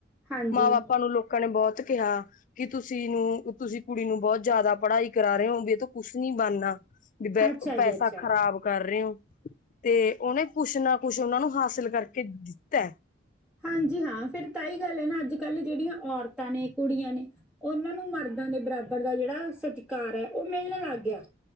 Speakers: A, in the centre; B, on the left (about 45°).
A: ਹਾਂਜੀ
B: ਮਾਂ ਬਾਪਾਂ ਨੂੰ ਲੋਕਾਂ ਨੇ ਬਹੁਤ ਕਿਹਾ ਕਿ ਤੁਸੀਂ ਨੂੰ ਤੁਸੀਂ ਕੁੜੀ ਨੂੰ ਬਹੁਤ ਜ਼ਿਆਦਾ ਪੜ੍ਹਾਈ ਕਰਾ ਰਹੇ ਹੋ ਵੀ ਤਾਂ ਕੁਛ ਨੀ ਬਣਨਾ
A: ਅੱਛਾ
B: ਪੈਸਾ
A: ਜੀ ਅੱਛਾ
B: ਖਰਾਬ ਕਰ ਰਹੇ ਹੋ ਤੇ ਉਹਨੇ ਕੁਛ ਨਾ ਕੁਛ ਉਹਨਾ ਨੂੰ ਹਾਸਿਲ ਕਰਕੇ ਦਿੱਤਾ।
A: ਹਾਂਜੀ ਹਾਂ ਫੇਿਰ ਤਾਂ ਹੀ ਗੱਲ ਹੈ ਨਾ ਅੱਜ ਕੱਲ ਜਿਹੜੀਆਂ ਔਰਤਾਂ ਨੇ ਕੁੜੀਆਂ ਨੇ। ਉਹਨਾਂ ਨੂੰ ਮਰਦਾਂ ਦੇ ਬਰਾਬਰ ਦਾ ਜਿਹੜਾ ਸਤਿਕਾਰ ਹੈ ਉਹ ਮਿਲਣ ਲੱਗ ਗਿਆ